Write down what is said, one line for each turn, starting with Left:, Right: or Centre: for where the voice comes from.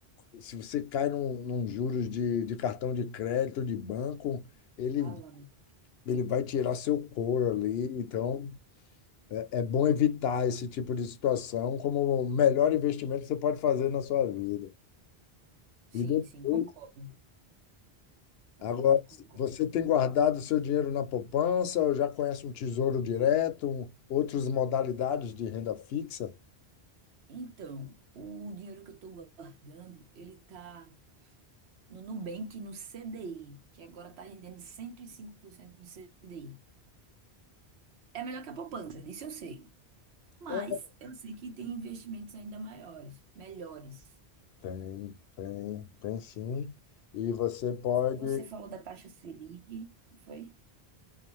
Left: se você cai num, num juros de, de cartão de crédito, de banco, ele,
Right: fala-me.
Left: ele vai tirar seu couro ali, então é é bom evitar esse tipo de situação como o melhor investimento que você pode fazer na sua vida.
Right: Sim,
Left: E depois,
Right: sim, concordo, concordo,
Left: agora,
Right: concordo.
Left: você tem guardado seu dinheiro na poupança ou já conhece um tesouro direto, um- outras modalidades de renda fixa?
Right: Então, o dinheiro que eu estou guardando, ele tá no Nubank, no CDI, que agora tá rendendo 105% do CDI. É melhor que a poupança, disso eu sei. Mas
Left: É,
Right: eu sei que tem investimentos ainda maiores, melhores.
Left: tem, tem, tem sim. E você pode.
Right: Você falou da taxa Selic, não foi?